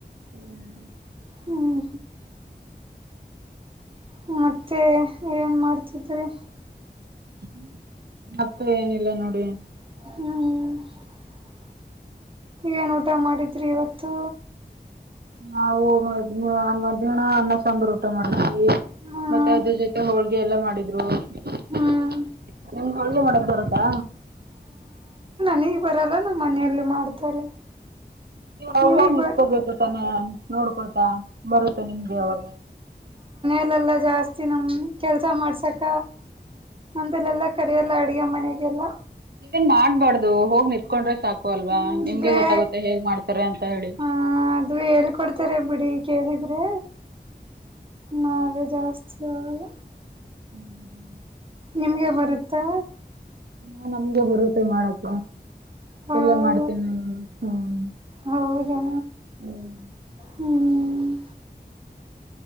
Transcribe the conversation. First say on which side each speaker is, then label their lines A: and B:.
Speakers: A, on the right; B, on the right.
A: <unintelligible>
B: ಹ್ಮ್ ಮ್ಮ ತ್ತೆ ಏನು ಮಾಡ್ತಿದ್ರಿ
A: <unintelligible> ಹಪ್ಪ ಏನಿಲ್ಲ ನೋಡಿ
B: ಹ್ಮ್ ಏನ್ ಊಟ ಮಾಡಿದ್ರಿ ಇವತ್ತು.
A: ನಾವು ಹ ನನ್ ಮಧ್ಯಾಹ್ನ ಅನ್ನ ಸಾಂಬಾರು ಊಟ ಮಾಡಿದ್ವಿ
B: ಹ್ಮ್
A: ಮತ್ತೆ ಅದ್ರ ಜೊತೆ ಹೋಳ್ಗೆ ಎಲ್ಲಾ ಮಾಡಿದ್ರು. <unintelligible>
B: ಹ್ಮ್
A: ಹ್ಮ್ ಹೋಳಿಗೆ ಮಾಡಕ್ ಬರುತ್ತಾ
B: ನನಿಗ್ ಬರಲ್ಲ ನಮ್ಮ ಮನೆಯಲ್ಲಿ ಮಾಡ್ತಾರೆ.
A: ನೀವ್ ಹೋಗ್
B: ನಿಮಗ್
A: ಹೋಗ್ ನಿತ್ಕೋಬೇಕು
B: ಬರ್
A: ತಾನೆ ನೋಡ್ಕೋತ ಬರುತ್ತೆ ನಿಮ್ಗು ಅವಾಗ.
B: ಇಲ್ಲಲ್ಲಾ ಜಾಸ್ತಿ ನಮ ಕೆಲ್ಸ ಮಾಡ್ಸಕ ಅಂತೆಲ್ಲೆಲ್ಲಾ ಕರಿಯಲ್ಲ ಅಡ್ಗೆ ಮನೆಗೆಲ್ಲ.
A: ನೀವೇನ್ ಮಾಡ್ಬಾರ್ದು ಹೋಗ್ ನಿತ್ಕೊಂಡ್ರೆ ಸಾಕು ಅಲ್ವಾ
B: ಹ್ಮ್
A: ನಿಮ್ಗೆ
B: ಬೇ
A: ಗೊತ್ತಾಗುತ್ತೆ ಹೇಗ್ ಮಾಡ್ತಾರೆ ಅಂತ ಹೇಳಿ.
B: ಹ ಅದು ಹೇಳ್ಕೊಡ್ತಾರೆ ಬಿಡಿ ಕೇಳಿದ್ರೆ ನಾವು ಜಾ <unintelligible> ಆಗಲ್ಲ.
A: ಹ್ಮ್ ಹ್ ಹ್
B: ನಿಮ್ಗೆ ಬರುತ್ತಾ
A: ಹಾ ನಮ್ಗೆ ಬರುತ್ತೆ ಮಾಡಕ್ಕೆ.
B: ಹೌ
A: ಎಲ್ಲ ಮಾಡ್ತೇನೆ ನಾನು ಹ್ಮ್
B: ಹೌದಾ
A: ಹ್ಮ
B: ಹ್ಮ್